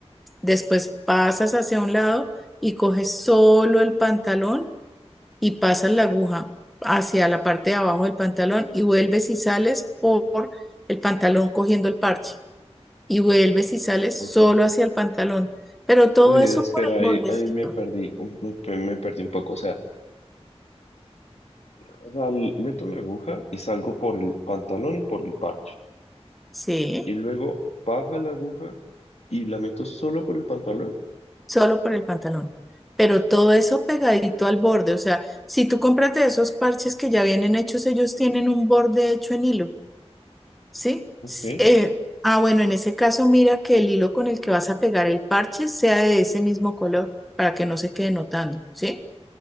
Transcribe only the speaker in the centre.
Después pasas hacia un lado y coges solo el pantalón y pasas la aguja hacia la parte de abajo del pantalón y vuelves y sales por el pantalón cogiendo el parche. y vuelves y sales
solo hacia el pantalón. Pero todo
eso
por el bordecito,
sí,
solo por el pantalón. Pero todo eso pegadito al borde. O sea, si tú compras de esos parches que ya vienen hechos, ellos tienen un borde hecho en hilo, ¿sí?
S- eh, ah, bueno, en ese caso, mira que el hilo con el que vas a pegar el parche sea de ese mismo color para que no se quede notando, ¿sí?